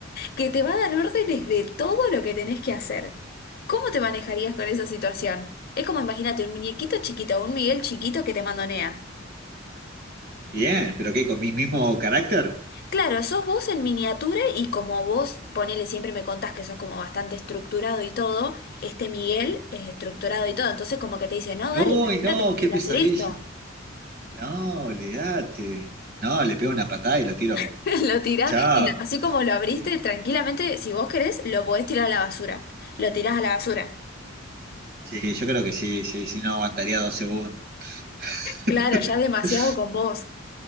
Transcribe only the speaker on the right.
Bien, pero ¿qué? ¿Con mi mismo carácter?
Uy,
no,
qué
pesadilla.
No, olvídate. No, le pego una patada y lo tiro.
Chao.
¿Eh?
Sí, yo creo que sí, sí, sí, no aguantaría dos segundos. <laughs>